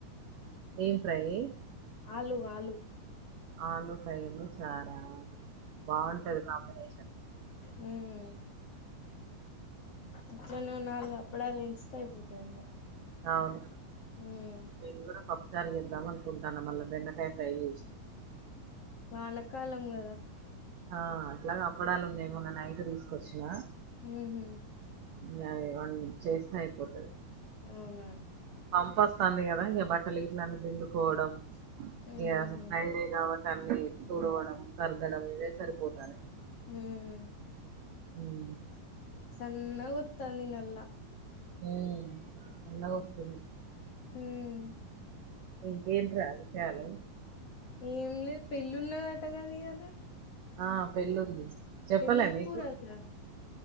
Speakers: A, on the right (about 90°); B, on the left (about 60°).
A: ఏం ఫ్రయ్యి
B: ఆలు ఆలు
A: ఆలు ఫ్రై అండీ చారా బాగుంటది కమినేషన్
B: హ్మ్ ఎట్లనో నాలుగు అప్పడాలు ఏంచితే అయిపోతాది ఇగ
A: అవును
B: ఉమ్
A: మేము కూడా పప్పుచారు చేద్దాం అనుకుంటాన్న మళ్ళా బెండకాయ ఫ్రై చేస్
B: వానకాలం గదా
A: ఆ ఏట్లాగో అప్పడాలు ఉన్నాయి మొన్న నైట్ తీసుకొచ్చిన
B: హ్మ్ హు
A: ఇంగ య్వన్ చేసినా అయిపోతది
B: అవునా
A: పంపొస్తంది కదా ఇగ బట్టల గిట్ల అన్ని పిండుకోవడం
B: ఉహు
A: ఇగ ఫ్రైడే కాబ ఇంక అన్నీ తుడవడం సర్దడం ఇవే సరిపోతానాయ్
B: హ్మ్
A: హ్మ్
B: సన్న గొత్తాది నల్ల
A: హ్మ్ సన్న గోస్తుంది
B: హ్మ్
A: ఇంకేంట్రా విషయాలు
B: ఏం లే పెళ్ళి ఉన్నదట గదా ఇయాలా
A: ఆ పెళ్లుంది చెప్పాల
B: పెళ్ళా
A: మీకు
B: కూరల్లా